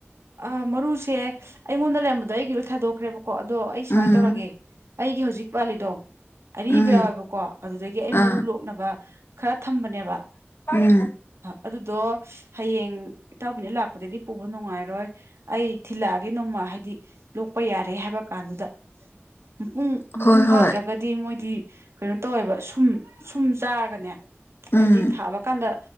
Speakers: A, on the right; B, on the left.
A: ꯑꯥ ꯃꯔꯨꯁꯦ ꯑꯩꯉꯣꯟꯗ ꯂꯩꯔꯝꯕꯗꯣ ꯑꯩꯒꯤ ꯂꯣꯏ ꯊꯥꯗꯣꯛꯈ꯭ꯔꯦꯕꯀꯣ ꯑꯗꯣ ꯑꯩ ꯁꯨꯃꯥꯏ
B: ꯎꯝ
A: ꯇꯧꯔꯒꯦ ꯑꯩꯒꯤ ꯍꯧꯖꯤꯛ ꯄꯥꯜꯂꯤꯗꯣ ꯑꯔꯤꯕ
B: ꯎꯝ
A: ꯌꯥꯎꯋꯦꯕ ꯀꯣ ꯑꯗꯨꯗꯒꯤ ꯑꯩ
B: ꯑꯥ
A: ꯃꯔꯨ ꯂꯣꯛꯅꯕ ꯈꯔ ꯊꯝꯕꯅꯦꯕ
B: ꯎꯝ
A: ꯍꯥ ꯑꯗꯨꯗꯣ ꯍꯌꯦꯡ ꯏꯇꯥꯎꯕꯤꯅ ꯂꯥꯛꯄꯗꯗꯤ ꯄꯨꯕ ꯅꯨꯡꯉꯥꯏꯔꯣꯏ ꯑꯩ ꯊꯤꯜꯂꯛꯑꯒꯦ ꯅꯣꯡꯃꯥ ꯍꯥꯏꯗꯤ ꯂꯣꯛꯄ ꯌꯥꯔꯦ ꯍꯥꯏꯕ ꯀꯥꯟꯗꯨꯗꯨ ꯄꯨ ꯃꯄꯨꯝ
B: ꯍꯣꯏ
A: ꯐꯥꯗ꯭ꯔꯒꯗꯤ
B: ꯍꯣꯏ
A: ꯃꯣꯏꯗꯤ ꯀꯩꯅꯣ ꯇꯧꯋꯦꯕ ꯁꯨꯝ ꯁꯨꯝ ꯆꯥꯔꯒꯅꯦ
B: ꯎꯝ
A: ꯍꯥꯏꯗꯤ ꯊꯥꯕ ꯀꯥꯟꯗ